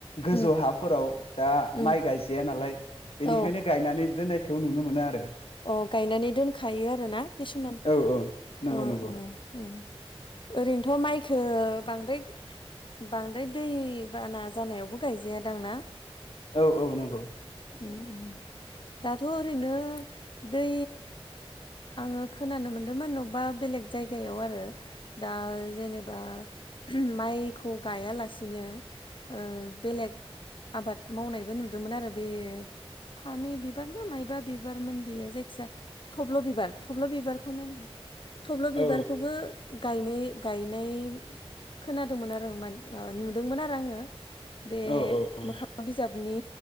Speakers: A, on the left; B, on the left.
A: गोजौ
B: उम
A: हाफोराव दा
B: उम
A: माइ गायजाया नालाय बेनिखायनो
B: औ
A: गायनानै दोननायखौ नुनो मोनो आरो
B: अ गायनानै दोनखायो आरो ना किसुमान
A: औ औ नंगौ
B: उम
A: नंगौ
B: उम उम ओरैनोथ' माइखौ बांद्राय बांद्राय दैबाना जानायावबो गायजायादां ना?
A: औ औ नंगौ।
B: उम उम दाथ' ओरैनो दै आंओ खोनानो मोनदोंमोन अबेबा बेलेग जायगायाव आरो दा जेनेबा माइखौ गायालासिनो ओ बेलेग आबाद मावनायबो नुदोंमोन आरो बे फामि बिबार ना मायबा बिबारमोन बियो जाय सा थब्ल' बि थब्ल' बिबारखौनो होनदों, थब्ल' बिबारखौबो
A: औ
B: गायनाय गायनाय खोनादोंमोन आरो मा नुदोंमोन आरो आङो बे
A: औ औ
B: मोखां बिजाबनि